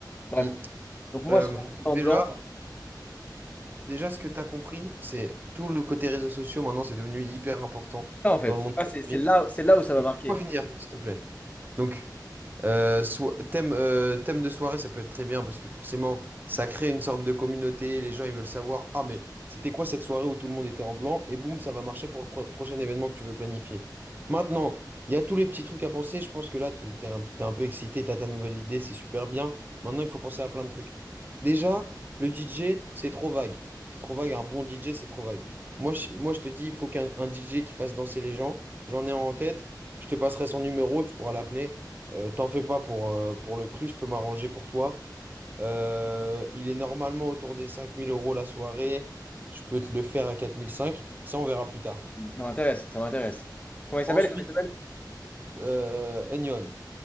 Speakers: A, on the left; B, on the right.
A: Bref.
B: Mm.
A: Donc moi,
B: Euh,
A: sur en
B: déjà,
A: blanc,
B: déjà, ce que tu as compris, c'est tout le côté réseaux sociaux, maintenant, c'est devenu hyper important
A: ça, en fait,
B: dans le
A: ça,
B: monde. de
A: c'est c'est
B: la nuit.
A: là, c'est là où ça va
B: Laisse-moi
A: marquer.
B: finir, s'il te plaît. Donc, euh, so- thème, euh, thème de soirée, ça peut être très bien parce que forcément, ça crée une sorte de communauté. Les gens, ils veulent savoir, ah, mais c'était quoi cette soirée où tout le monde était en blanc? Et boum, ça va marcher pour le pro- prochain événement que tu veux planifier. Maintenant, il y a tous les petits trucs à penser. Je pense que là, t'es t'es un, t'es un peu excité, t'as ta nouvelle idée, c'est super bien. Maintenant, il faut penser à plein de trucs. Déjà, le DJ, c'est trop vague. C'est trop vague. Un bon DJ, c'est trop vague. Moi, je, moi, je te dis, il faut qu'un un DJ qui fasse danser les gens. J'en ai un en tête. Je te passerai son numéro, tu pourras l'appeler. Euh, t'en fais pas pour, euh, pour le prix, je peux m'arranger pour toi. Euh, il est normalement autour des 5000 euros la soirée. Je peux te le faire à 4005. Ça, on verra plus tard.
A: Ça m'intéresse, ça m'intéresse. Comment il s'appelle?
B: Ensuite,
A: Comment il s'appelle
B: euh, Enyon.